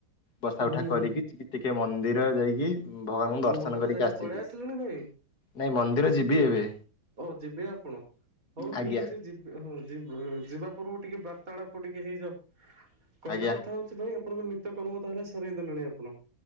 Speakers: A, on the left (about 55°); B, on the right (about 45°).
A: ବସା
B: ହୁଁ
A: ଉଠା କରିକି
B: ହୁଁ
A: ଟିକିଏ ମନ୍ଦିର ଯାଇକି ଭଗବାନଙ୍କୁ
B: ଆଉ
A: ଦର୍ଶନ
B: ମନ୍ଦିର
A: କରିକି
B: ଯାଇକି
A: ଆସିବି।
B: ପଳେଇ ଆସିଲେଣି ଭାଇ
A: ନାଇଁ ମନ୍ଦିର ଯିବି ଏବେ।
B: ଓ ଯିବେ ଆପଣ ହଉ
A: ଆଜ୍ଞା
B: ଠିକ ଅଛି ଯି ହଁ ଯି ଯିବା ପୂର୍ବରୁ ଟିକେ ବାର୍ତାଳାପ ଟିକେ ହେଇଯାଉ କହିବା
A: ଆଜ୍ଞା
B: କଥା ହଉ ସେଥିପାଇଁ ଆପଣଙ୍କ ନିତ୍ୟ କର୍ମ ତାହେଲେ ସରେଇ ଦେଲେଣି ଆପଣ।